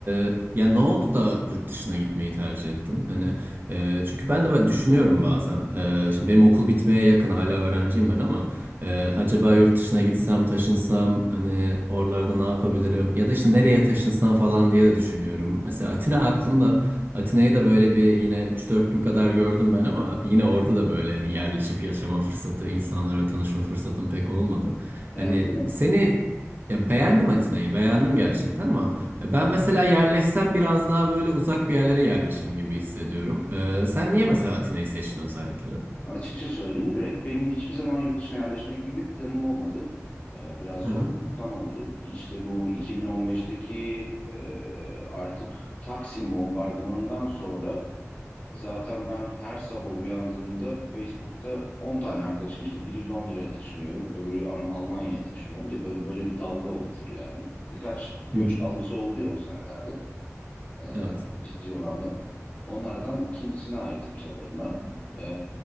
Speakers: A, on the right (about 40°); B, on the left (about 30°).
A: e, ya ne oldu da yurt dışına gitmeyi tercih ettin? Hani e, çünkü ben de böyle düşünüyorum bazen. E, şimdi benim okul bitmeye yakın hala öğrenciyim ben ama e, acaba yurt dışına gitsem taşınsam hani oralarda ne yapabilirim? Ya da işte nereye taşınsam falan diye de düşünüyorum. Mesela Atina aklımda. Atina'yı da böyle bir yine üç dört gün kadar gördüm ben ama yine orada da böyle hani yerleşip yaşama fırsatı, insanlara tanışma fırsatım pek olmadı.
B: Beğendin
A: Hani
B: mi?
A: seni ya beğendim Atina'yı, beğendim gerçekten ama ya ben mesela yerleşsem biraz daha böyle uzak bir yerlere yerleşirim gibi hissediyorum. Ee, sen niye mesela Atina'yı seçtin özellikle? Hı
B: Açıkça söyleyeyim direkt benim hiçbir zaman yurt dışına yerleşmek gibi bir planım olmadı. Ee, biraz zorluktan
A: hı.
B: oldu. İşte bu 2015'teki e, artık Taksim bombardımanından sonra zaten ben her sabah uyandığımda Facebook'ta 10 tane arkadaşım işte biri Londra'ya taşınıyorum, öbürü Alm- Almanya'ya taşınıyorum diye böyle, böyle bir dalga olmuştu yani. Birkaç göç
A: Hı hı.
B: dalgası oldu ya o senelerde e,
A: Evet.
B: ciddi oranda. Onlardan ikincisine aitim sanırım ben. E,